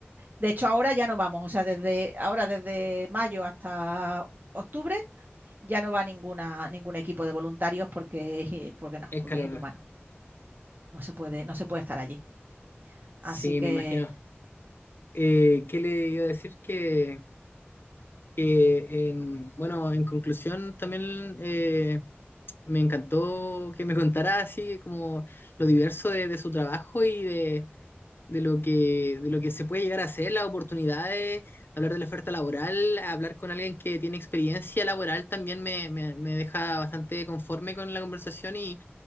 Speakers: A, on the right; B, on the left.
A: de hecho, ahora ya no vamos, o sea, desde ahora, desde mayo hasta octubre, ya no va ninguna, ningún equipo de voluntarios porque, porque no,
B: Es
A: porque
B: calor.
A: es inhumano. No se puede, no se puede estar allí. Así
B: Sí,
A: que,
B: me imagino. Eh, ¿qué le iba a decir? Que, que en, bueno, en conclusión también eh, me encantó que me contara así como lo diverso de, de su trabajo y de, de lo que, de lo que se puede llegar a hacer, las oportunidades, hablar de la oferta laboral, hablar con alguien que tiene experiencia laboral también me, me, me deja bastante conforme con la conversación y